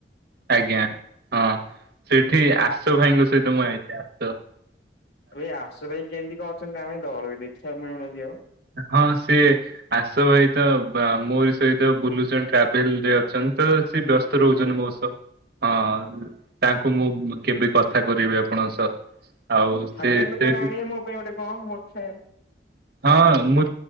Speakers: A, on the right (about 60°); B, on the left (about 65°).
A: ଆଜ୍ଞା ହଁ ସେଠି ଆଶୁ ଭାଇଙ୍କ ସହିତ ମୁଁ ହେଇଛି ଆଶୁ।
B: ଏ ଆଶୁ ଭାଇ କେମିତି କଁ ଅଛନ୍ତି? ଆମେ ଥରେ ବି ଦେଖିବାକୁ ମିଳୁନାହାନ୍ତି ଆଉ।
A: ହଁ ସିଏ ଆସ ଭାଇ ତ ମୋର ସହିତ ବୁଲୁଚନ୍ ଟ୍ରାଭେଲରେ। ଅଛନ୍ତି ତ ସେ ବ୍ୟସ୍ତ ରହୁଛନ୍ତି
B: ଓହୋ
A: ମୋସହ। ହଁ ତାଙ୍କୁ ମୁଁ କେବେ କଥା କରେଇବି ଆପଣଙ୍କ ସହ। ଆଉ
B: ହଁ ଥାଲାଣ୍ଡରୁ
A: ସେ ସେ
B: କଣ ଆଣିବେ ମୋ ପାଇଁ ଗୋଟେ କଣ ମୋ ଇଚ୍ଛା
A: ହଁ ମୁଁ